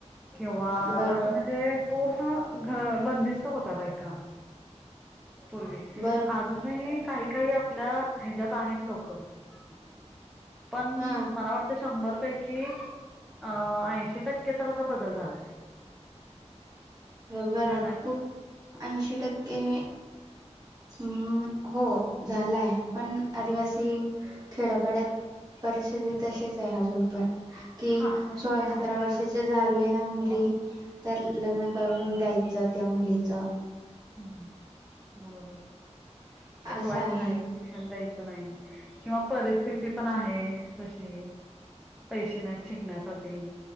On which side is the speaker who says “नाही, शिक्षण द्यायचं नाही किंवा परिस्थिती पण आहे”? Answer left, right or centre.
Centre